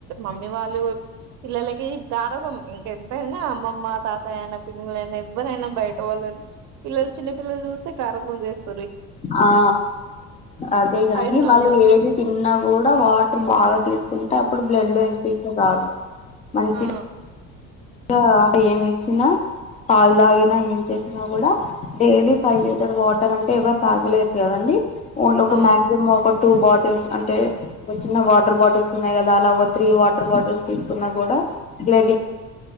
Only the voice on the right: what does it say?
మమ్మీ వాళ్లు పిల్లలకి గారభం ఇంకెంతైనా అమ్మ అమ్మ తాతయయినా పిల్లైనా ఎవ్వరైనా బయట వాళ్ళునా పిల్లలు చిన్న పిల్లలు చూస్త కారపుం చేస్త
అది నార్మల్
ఆ
ఆ